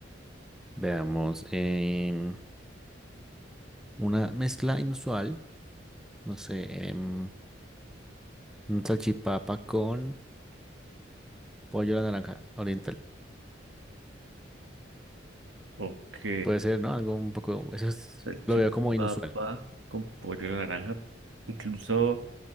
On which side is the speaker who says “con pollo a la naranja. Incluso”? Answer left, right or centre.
Right